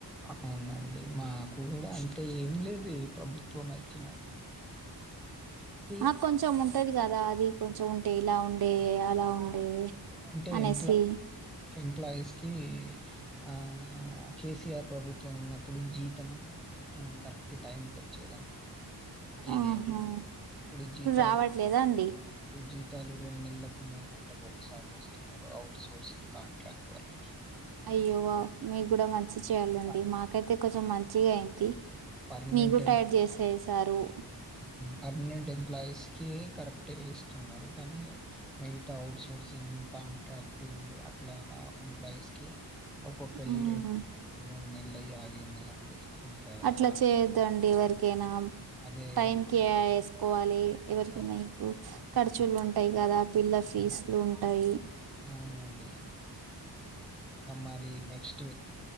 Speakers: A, in the centre; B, on the right.
A: అవునండి మాకు కూడా అంత ఏం లేదు ప్రభుత్వం వచ్చినా అయితే
B: ఆ కొంచం ఉంటది కదా అది కొంచెం ఉంటే ఇలా ఉండే అలా ఉండే
A: ఏంటంటే
B: అనేసి
A: ఎంప్లాయస్ కి ఎంప్లాయీస్ కి ఆ కేసీఆర్ ప్రభుత్వం ఉన్నప్పుడు జీతం కరెక్ట్ టైంకి వచ్చ వచ్చేదానికి ఏదిేమి
B: ఆహా
A: ఇప్పుడు జీతాలు
B: రావట్లేదా అండి
A: ఇప్పుడు జీత జతాలు రెండు నెలలకు మూడు నెలలకు ఒకసారి వేస్తున్నాడు అఔట్ సోర్సింగ్ కాంట్రాక్ట్ వళ్లకి
B: అయ్యోవా మీకు కూడా మంచి చెయ్యాలండి
A: పర్
B: మాకైతే కొంచెం
A: పర్మ
B: మంచిగా అయింది
A: పర్మనెంట్
B: మీకు టయర్
A: ఎంప్లాయీ
B: చేసేసారు
A: పర్మనెంట్ ఎంప్లాయీస్ కి కరెక్ట్ ఇస్తున్నారు కాగానీ మిగతా అఔట్సోర్స్ కోర్సింగ్ కాంట్రాక్ట్ అట్లా ఎంప్లాయీస్ కి ఒక్కొక్కరి
B: ఉమ్
A: రెండు రెండు మూడు మూడు నెల ఆగి ఉన్నాయండి ఇంకా
B: అట్లా
A: రావు.
B: చేయొద్దండి వరికైనా
A: అదే
B: టైంకి వేసుకోవాలి ఎవరికనా
A: అవును.
B: ఇప్పుడు
A: అవునండి.
B: ఖర్చులు ఉంటాయి కదా పిల్ల ఫీజులు ఉంటాయి
A: అవునండి మరి నెక్స్ట్